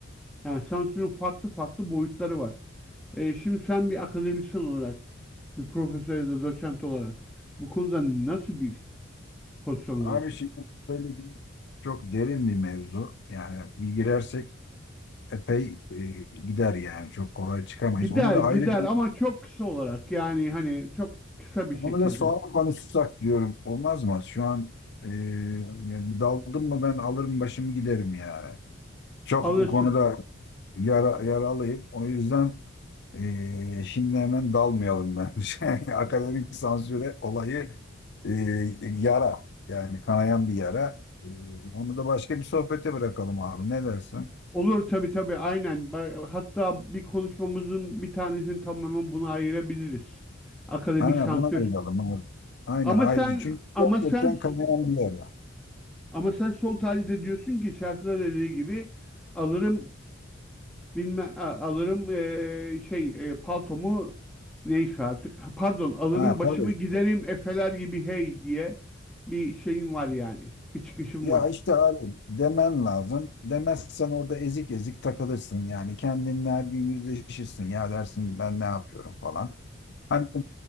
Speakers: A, in the centre; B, on the left.
A: Yani sansürün farklı farklı boyutları var. E, şimdi sen bir akademisyen olarak, bir profesör ya da doçent olarak bu konuda nasıl bir pozisyon
B: Abi
A: alırsın?
B: şimdi bu söylediğin çok derin bir mevzu. Yani bir girersek epey e, gider yani. Çok kolay çıkamayız.
A: Gider
B: Onu da
A: gider
B: ayrı bir
A: ama çok kısa olarak yani hani çok kısa bir şekilde
B: Onu da sonra konuşsak diyorum. Olmaz mı? Şu an e, yani daldım mı ben alırım başımı giderim yani. Çok
A: alırsın.
B: bu konuda yara, yaralıyım. O yüzden e, şimdi hemen dalmayalım bence. <laughs> Akademik sansüre olayı e, yara. Yani kanayan bir yara. E, onu da başka bir sohbete bırakalım abi. Ne dersin?
A: Olur tabii tabii aynen. Ba- Hatta bir konuşmamızın bir tanesini tamamen buna ayırabiliriz. Akademik
B: Aynen
A: sansür.
B: buna ayıralım abi. Aynen
A: Ama
B: ayrıca.
A: sen
B: Çünkü
A: ama
B: gerçekten
A: sen
B: kanayan bir yara.
A: ama sen son tahlilde diyorsun ki şarkıda dediği gibi alırım bilme a- alırım eee, şey eee, paltomu neyse artık Ha, pardon alırım
B: Ha
A: başımı
B: tabii
A: giderim efeler gibi hey diye bir şeyim var yani bir çıkışım
B: Ya
A: var.
B: işte abi demen lazım. Demezsen orada ezik ezik takılırsın yani. Kendinle her gün yüzleşirsin. Ya dersin ben ne yapıyorum falan. Hani